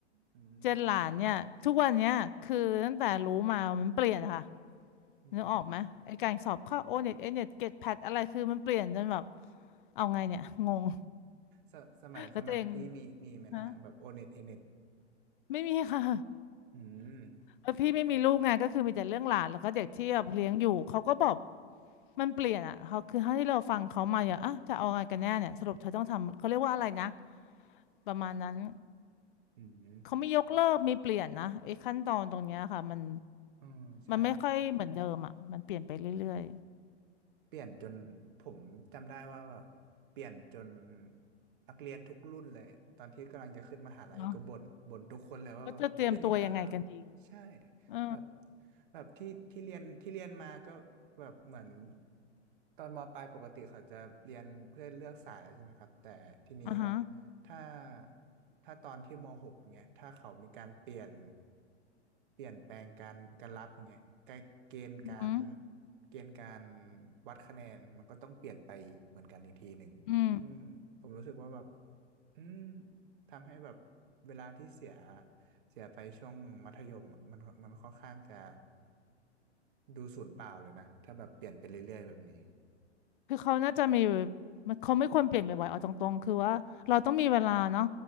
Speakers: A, on the right; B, on the left.
A: อืม
B: เจนหลานเนี่ยทุกวันเนี้ยคือตั้งแต่รู้มามันเปลี่ยนค่ะ
A: อืม
B: นึกออกไหมไอ้การสอบเข้าโอเน็ตเอเน็ตเกตแพดอะไรคือมันเปลี่ยนจนแบบเอาไงเนี่ยงง
A: สสมัยสมัยของพี่มีมีไหมนะฮะแบบโอเน็ตเอเน็ต
B: แล้วตัวเองฮะไม่มีค่ะ
A: อืม
B: แล้วพี่ไม่มีลูกไงก็คือมีแต่เรื่องหลานแล้วก็เด็กที่แบบเลี้ยงอยู่เขาก็บอกมันเปลี่ยนอ่ะเขาคือเท่าที่เราฟังเขามาอย่างอ่ะจะเอาไงกันแน่เนี่ยสรุปเธอต้องทำเขาเรียกว่าอะไรนะประมาณนั้น
A: อืม
B: เขาไม่ยกเลิกไมีเปลี่ยนนะไอ้ขั้นตอนตรงเนี้ยค่ะมัน
A: อ๋อใช่
B: มันไม่ค่อยเหมือนเดิมอ่ะมันเปลี่ยนไปเรื่อย
A: เปลี่ยนจนผมจำได้ว่าแบบเปลี่ยนจนนักเรียนทุกรุ่นเลยตอนที่กำลังจะขึ้นมหาลัยก็บ่นบ่นทุกคนเลยว่าแบบเปลี่ยนอีกแล้วเหรอ
B: ๆเนาะก็จะเตรียมตัวยังไงกันดี
A: ใช่
B: เออ
A: แบบแบบที่ที่เรียนที่เรียนมาก็แบบเหมือนตอนมปลายปกติเขาจะเรียนเพื่อเลือกสายแล้วใช่ไหมครับแต่ทีนี้แบบ
B: อ่าฮะ
A: ถ้าถ้าตอนที่ม .6 เนี่ยถ้าเขามีการเปลี่ยนเปลี่ยนแปลงการการรับเนี่ยการเกณฑ์การ
B: อือหือ
A: เกณฑ์การวัดคะแนนมันก็ต้องเปลี่ยนไปเหมือนกันอีกทีหนึ่งซึ่งผมรู้สึกว่าแบบ
B: อืม
A: อืมทำให้แบบเวลาที่เสียเสียไปช่วงมัธยมอะมันมันค่อนข้างจะดูสูญเปล่าเลยนะถ้าแบบเปลี่ยนไปเรื่อยๆแบบนี้
B: คือเขาน่าจะมีมันเขาไม่ควรเปลี่ยนบ่อยๆเอาตรงๆคือว่าเราต้องมีเวลาเนาะ